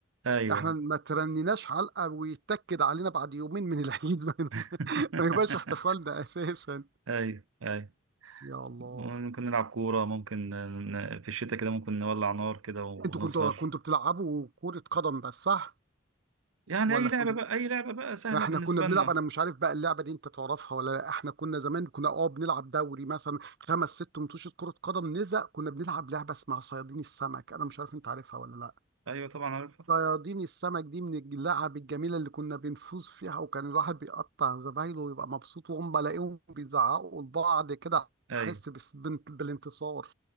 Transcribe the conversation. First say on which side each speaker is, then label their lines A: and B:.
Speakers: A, on the right; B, on the right.
A: ايوه
B: احنا ما ترنيناش علقه ويتاكد علينا بعد يومين من العيد <laughs> ما
A: <laughs>
B: ما يبقاش احتفالنا اساسا
A: ايوه ايوه
B: يا الله
A: ممكن نلعب كوره ممكن ن- في الشتاء كده ممكن نولع نار كده ونسهر
B: انتوا كنتوا كنتوا بتلعبوا كرة قدم بس صح
A: يعني
B: ولا
A: اي لعبه
B: كنتوا
A: بقى اي لعبه بقى سهله
B: احنا
A: بالنسبه
B: كنا بنلعب
A: لنا
B: انا مش عارف بقى اللعبة دي انت تعرفها ولا لا احنا كنا زمان كنا اه بنلعب دوري مثلا خمس ست متوشة كرة قدم نزق كنا بنلعب لعبة اسمها صيادين السمك انا مش عارف انت عارفها ولا لا
A: ايوه طبعا عارفها
B: صيادين السمك دي من اللعب الجميلة اللي كنا بنفوز فيها وكان الواحد بيقطع زمايله ويبقى مبسوط وهم بلاقيهم بيزعقوا لبعض كده
A: ايوه
B: احس بس- بالانتصار